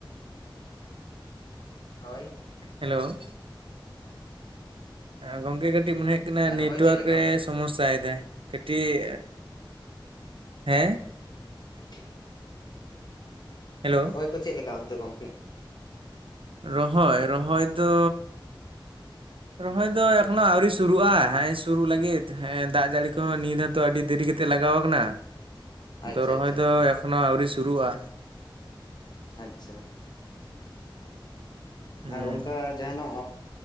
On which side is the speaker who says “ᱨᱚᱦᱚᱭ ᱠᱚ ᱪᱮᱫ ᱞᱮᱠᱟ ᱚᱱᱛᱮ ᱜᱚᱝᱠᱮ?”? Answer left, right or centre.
Left